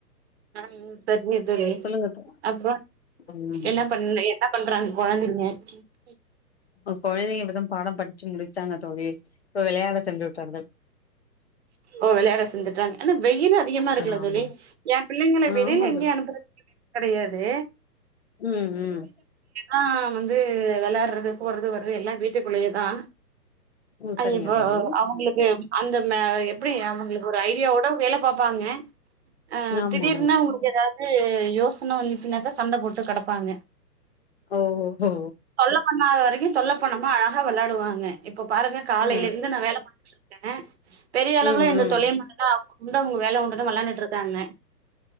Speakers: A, on the right; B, on the left.
A: ஆ சரிங்க தோழி
B: சொல்லுங்க தோ
A: அப்றோ
B: ம்
A: என்ன பண்ண என்ன பண்றாங்க கொழந்தைங்க <unintelligible> <unintelligible>
B: இப்ப கொழந்தைங்க இப்பதா பாடம் படிச்சு முடிச்சாங்க தோழி இப்ப விளையாட சென்று விட்டார்கள்
A: ஓ விளையாட சென்றுட்டாங்க ஆனா வெயில் அதிகமா இருக்குல்ல
B: ஆமா
A: தோழி ஏ பிள்ளைங்கள
B: ஆமா
A: வெளியில எங்கேயு அனுப்புறது கெடயாது
B: உம் உம்
A: ஆ வந்து வெளயாடுறது போறது வர்றது எல்லா வீட்டுக்குள்ளயேதா
B: உம்
A: அ
B: சரிங்க
A: இப்ப
B: தோழி
A: அவுங்களுக்கு உ <unintelligible> அந்த ம எப்டி அவுங்ளுக்கு ஒரு ஐடியாவோட வேலப் பாப்பாங்க ஆ
B: ஆமா
A: திடீர்னா அவுங்ளுக்கு ஏதாவுது யோசன வந்துச்சுனாக்கா சண்ட போட்டு கெடப்பாங்க
B: ஓஹோ
A: தொல்ல பண்ணாத வரைக்கும் தொல்ல பண்ணம நல்லா வேளாடுவாங்க இப்ப பாருங்க காலேல
B: ஆ
A: இங்க நா வேல பாத்துட்ருக்க பெரியளவுல
B: ம்
A: எந்த
B: ம்
A: தொல்லையு பண்ணல அவுங்க உண்டு அவுங்க வேல உண்டுன்னு வேளாண்டுட்டு இருக்காங்க